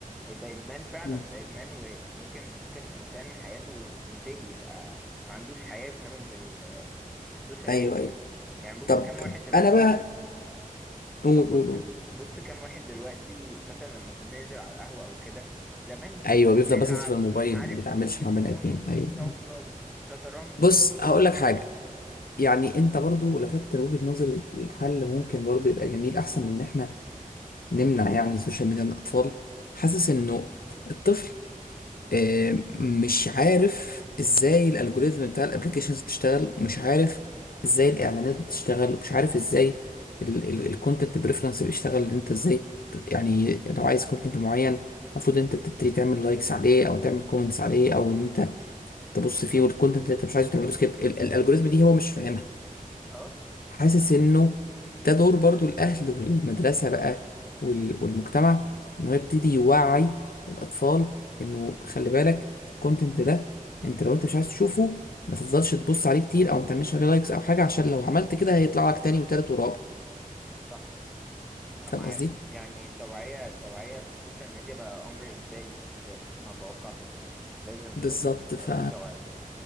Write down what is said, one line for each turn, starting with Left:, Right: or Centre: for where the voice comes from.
Centre: ده إدمان فعلا
Left: مم.
Centre: ده إدمان وممكن ممكن إنسان حياته تنتهي يبقى ما عندوش حياة بسبب ال- السوشيال
Left: ايوه
Centre: ميديا
Left: ايوه
Centre: يعني بص
Left: طب
Centre: كام واحد دلوقتي
Left: انا بقى قول
Centre: طب
Left: قول
Centre: بص
Left: قول
Centre: بص كام واحد دلوقتي مثلا لما بننزل على القهوة أو كده زمان كنا
Left: ايوه بيفضل
Centre: بنلعب
Left: بس في الموبايل
Centre: ومش عارف
Left: ما بيتعاملش
Centre: إيه
Left: مع
Centre: ودومينو
Left: بني ادمين ايوه
Centre: وطاولة
Left: ايوه
Centre: وشطرنج
Left: بص
Centre: وفيه
Left: هقول
Centre: هزار
Left: لك حاجه يعني انت برضو لفتت وجهه نظري الحل ممكن برضو يبقى جميل احسن من ان احنا نمنع يعني السوشيال ميديا من الاطفال حاسس انه الطفل آه، مش عارف ازاي الالجوريزم بتاع الابلكيشنز بتشتغل ومش عارف ازاي الاعلانات بتشتغل ومش عارف ازاي الكونتنت بريفرنس بيشتغل ان انت ازاي ت- يعني لو عايز كونتنت معين المفروض انت تبتدي تعمل لايكس عليه او تعمل كومنتس عليه او ان انت تبص
Centre: بالظبط
Left: فيه والكونتنت اللي انت مش عايزه تعمله سكيب الالجوريزم دي هو مش فاهمها
Centre: أه
Left: حاسس انه ده دور برضو الاهل والمدرسه بقى وال- والمجتمع ان هو يبتدي يوعي الاطفال انه خلي بالك الكونتنت ده انت لو انت مش عايز تشوفه ما تفضلش تبص عليه كتير او ما تعملش عليه لايكس او حاجه عشان لو عملت كده هيطلع لك تاني وتالت ورابع
Centre: صح انا
Left: فاهم
Centre: معاك
Left: قصدي
Centre: يعني التوعية التوعية بالسوشيال ميديا بقى امر اجباري في المدارس انا اتوقع كده لازم
Left: بالظبط
Centre: لازم يبقى
Left: ف
Centre: فيه توعية